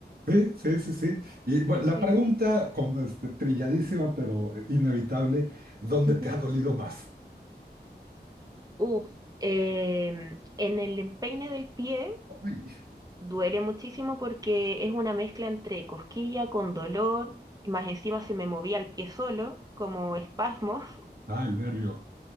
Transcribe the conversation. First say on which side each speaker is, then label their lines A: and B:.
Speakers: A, on the right; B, on the right.
A: sí, sí, sí, sí. Y bueno, la
B: Sí.
A: pregunta con, este, trilladísima, pero eh, inevitable, ¿dónde
B: Ujú.
A: te ha dolido más?
B: Uf, em, en el empeine del pie
A: Uy,
B: duele muchísimo porque es una mezcla entre cosquilla con dolor, más encima se me movía el pie solo, como espasmos.
A: ah, el nervio.